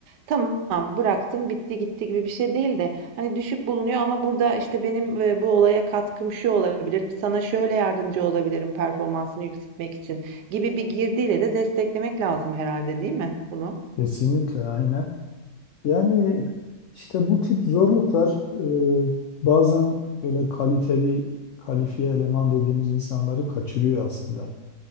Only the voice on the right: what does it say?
Tamam, bıraktım, bitti gitti gibi bir şey değil de hani düşük bulunuyor ama burada işte benim e, bu olaya katkım şu olabilir, sana şöyle yardımcı olabilirim performansını yükseltmek için gibi bir girdiyle de desteklemek lazım herhalde değil mi bunu?